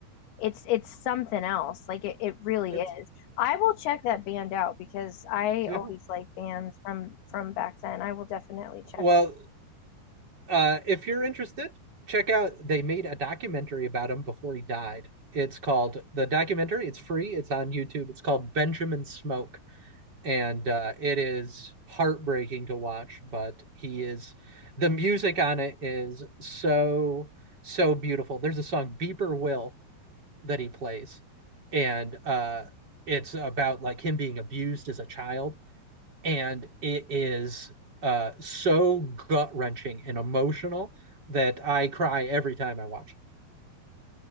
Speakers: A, on the left; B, on the right.
A: it's it's something else. Like it, it really
B: it's
A: is. I will check that band out because I
B: yeah.
A: always like bands from from back then. I will definitely check.
B: Well, uh, if you're interested, check out they made a documentary about him before he died. It's called the documentary. It's free. It's on YouTube. It's called Benjamin Smoke, and uh, it is heartbreaking to watch. But he is the music on it is so so beautiful. There's a song Beeper Will that he plays, and uh, it's about like him being abused as a child and it is uh, so gut wrenching and emotional that I cry every time I watch